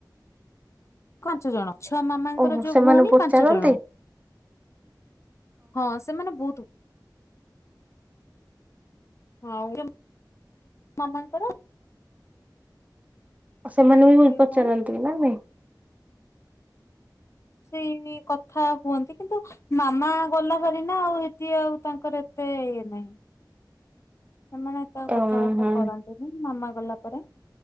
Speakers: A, on the left (about 40°); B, on the right (about 20°).
A: ପାଞ୍ଚ ଜଣ ଛଅ ମାମାଙ୍କର
B: ଓହୋ
A: ଯୋଉ
B: ସେମାନେ
A: ଭଉଣୀ
B: ପଚାରନ୍ତି
A: ପାଞ୍ଚ ଜଣ ହଁ ସେମାନେ ବହୁତ ହଁ ମାମାଙ୍କର
B: ସେମାନେ ବି
A: ଦି
B: ପଚାରନ୍ତି
A: ଭଉଣୀ
B: ନା ନାଇଁ
A: ସେଇନି କଥା ହୁଅନ୍ତି କିନ୍ତୁ ମାମା ଗଲା ଭରି ନା ଆଉ ସେଠି ଆଉ ତାଙ୍କର ଏତେ ଇଏ ନାହିଁ ସେମାନେ ଏତେ ଆଉ କଥାବାର୍ତ୍ତା
B: ଓହୋ
A: କରନ୍ତିନି ମାମା ଗଲା ପରେ